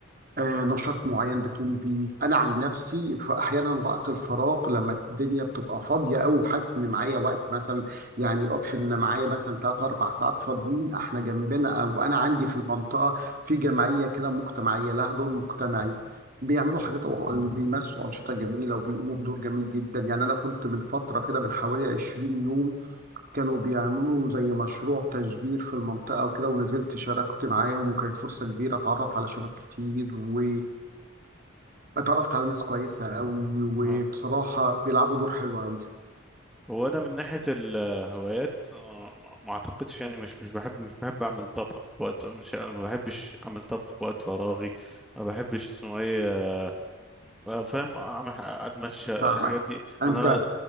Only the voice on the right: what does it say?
آه، نشاط معين بتقوم بيه أنا عن نفسي في أحيانا وقت الفراغ لما الدنيا بتبقى فاضية أو وحاسس إن معايا وقت مثلا يعني الأوبشن إن معايا مثلا تلات أربع ساعات فاضيين إحنا جنبنا أو أنا عندي في المنطقة في جمعية كده مجتمعية لها دور مجتمعي بيعملوا حاجات بيمارسوا أنشطة جميلة وبيقوموا بدور جميل جدا يعني أنا كنت من فترة كده من حوالي 20 يوم كانوا بيعملوا زي مشروع تشجير في المنطقة وكده ونزلت شاركت معاهم وكانت فرصة كبيرة اتعرف على شباب كتير و اتعرفت على ناس كويسة قوي وبصراحة
بيلعبوا دور حلو قوي
فاهمك
انت